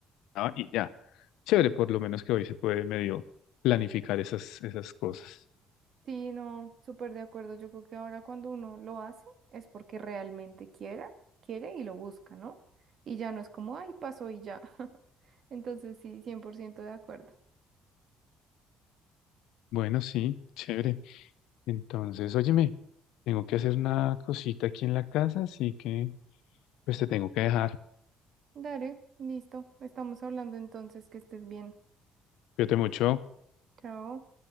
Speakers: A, on the left; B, on the right.
A: Ah, Y ya. Chévere, por lo menos que hoy se puede medio planificar esas, esas cosas.
B: Sí, no, súper de acuerdo. Yo creo que ahora cuando uno lo hace es porque realmente quiera, quiere y lo busca, ¿no? Y ya no es como, ay, pasó y ya. <laughs> Entonces sí, 100% de acuerdo.
A: Bueno, sí, chévere. Entonces, óyeme, tengo que hacer una cosita aquí en la casa, así que pues te tengo que dejar.
B: Dale, listo. Estamos hablando entonces, que estés bien.
A: Cuídate mucho.
B: Chao.